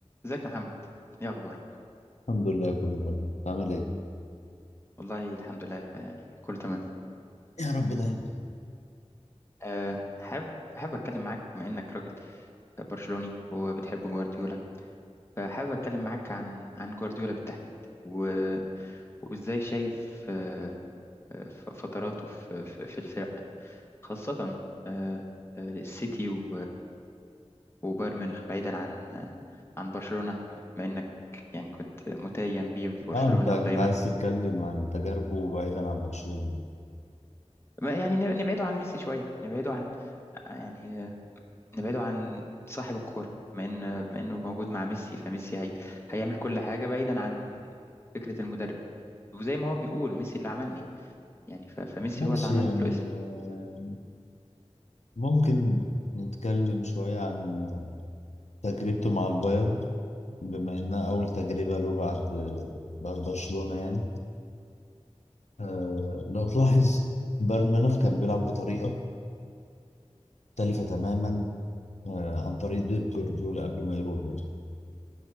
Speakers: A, on the left (about 20°); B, on the left (about 80°).
A: ازيك يا محمد ايه اخبارك
B: الحمد لله كله تمام بتعمل ايه؟
A: والله الحمد لله يعني كله تمام
B: يا رب دايما
A: أه حابب حابب اتكلم معاك بما انك راجل برشلوني وبتحب جوارديولا فحابب اتكلم معاك عن عن جوارديولا بالتحديد و... وازاي شايف أه آه، ف- فتراته في في في الفرق خاصة أه آه، السيتي و- وبايرن ميونخ بعيدا عن آه، عن برشلونة بما انك يعني كنت متيم بيه في برشلونة
B: اه انت انت
A: ودايما
B: عايز تتكلم عن تجاربه بعيدا عن برشلونة
A: ما- يعني نبعده عن ميسي شوية نبعده عن يعني نبعده عن صاحب الكورة بما إن بما إنه موجود مع ميسي فميسي هي... هيعمل كل حاجة بعيدا عن فكرة المدرب وزي ما هو بيقول ميسي اللي عملني يعني ف... فميسي
B: ماشي
A: هو اللي عمل
B: يعني
A: له اسم
B: آه، ممكن نتكلم شوية عن تجربته مع البايرن بما انها اول تجربة له بعد بعد برشلونة يعني آه، لو تلاحظ بايرن ميونخ كان بيلعب بطريقة مختلفة تماما آه، عن طريق بيب جوارديولا قبل ما يروح يعني